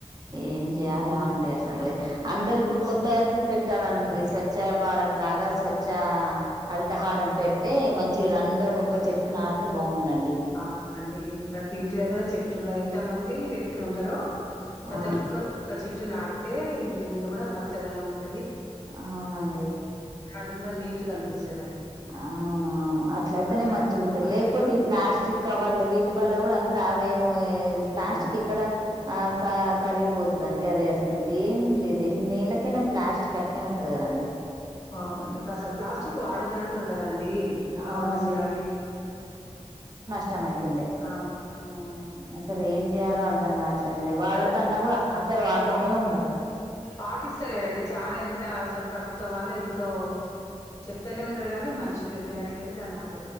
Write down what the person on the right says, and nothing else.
ఏం
చేయాలో అండి అసలు అందరు ఇప్పుడు
కొత్త అది పెట్టు. చట్టరండి స్వచ్ఛ భారత్ లాగా స్వచ్ఛ హరితహారం పెడితే మంచిది అందరు. ఒక్క చెట్టును నాటితే బాగుండాలి.
అవును
అవునండి.
అవునవును అట్లయితేనే
మంచిగుంటంది
లేకపోతే
ఈ ప్లాస్టిక్. కవర్లు వీటి వల్ల కూడా అంత అవేమో ప్లాస్టిక్
ఎక్కడ. ఆహ్ క కరిగిపోతుందిండి అది అసలు దేం లేదు ఎన్నేళ్ళకి. ఎట్లైనా ప్లాస్టిక్ అట్నే ఉంటది కదండి.
అవునండి
ఇష్టమైతుండే
అసలు ఏం చేయాలో అర్థం కావట్. లేండి వాడొద్దు
అన్నా కూడా అందరు వాడుతూనే
ఉన్నారు.